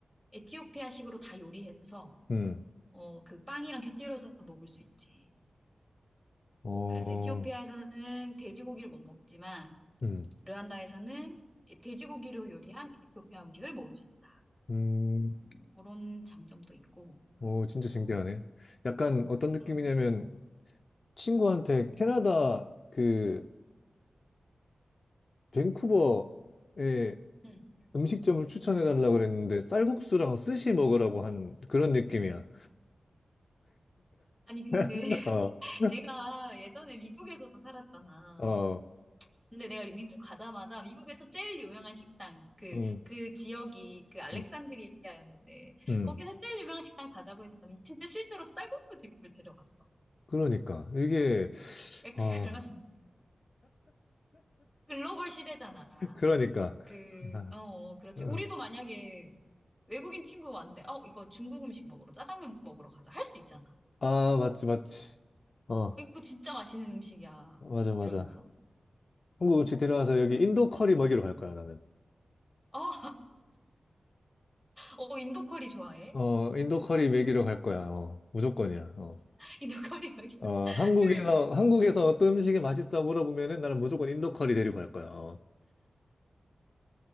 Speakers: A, in the centre; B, on the left.
A: 에티오피아식으로 다 요리해서
B: 음,
A: 어 그 빵이랑 곁들여서 먹을 수 있지.
B: 어,
A: 그래서 에티오피아에서는 돼지고기를 못 먹지만
B: 음,
A: 르완다에서는 돼지고기로 요리한 에티오피아 음식을 먹을 수 있다.
B: 음,
A: 음, 그런 장점도 있고.
B: 오, 진짜 신기하네.
A: 어,
B: 약간 어떤 느낌이냐면
A: 음.
B: 친구한테 캐나다 그 밴쿠버의
A: 응,
B: 음식점을 추천해 달라고 그랬는데 쌀국수랑 스시 먹으라고 한 그런 느낌이야.
A: 아니, 근데
B: <laughs>
A: <laughs> 내가 예전에 미국에서 살았잖아.
B: 어, 어,
A: 근데 내가 미국 가자마자 미국에서 제일 유명한 식당, 그,
B: 음,
A: 그 지역이 그 알렉산드리아였는데,
B: 음, 음.
A: 거기서 제일 유명한 식당 가자고 했더니 진짜 실제로 쌀국수 집을 데려갔어.
B: 그러니까 이게
A: <laughs>
B: 아,
A: 그런 글로벌 시대잖아.
B: <laughs> 그러니까
A: 그,
B: 아,
A: 어, 어, 그렇지.
B: 어.
A: 우리도 만약에 외국인 친구 왔는데, 어, 이거 중국 음식 먹으러, 짜장면 먹으러 가자. 할 수 있잖아.
B: 아, 맞지, 맞지. 어,
A: 이거 진짜 맛있는 음식이야.
B: 맞아, 맞아.
A: 이러면서.
B: 한국 음식 데려와서
A: 어,
B: 여기 인도 커리 먹이러 갈 거야, 나는.
A: <laughs> 어, 어, 인도 커리 좋아해?
B: 어, 인도 커리 먹이러 갈 거야. 어, 무조건이야. 어.
A: 이 너구리 막이 <laughs>
B: 어, 한국에서,
A: 그,
B: 한국에서 어떤 음식이 맛있어 물어보면은 나는 무조건 인도 커리 데리고 갈 거야. 어.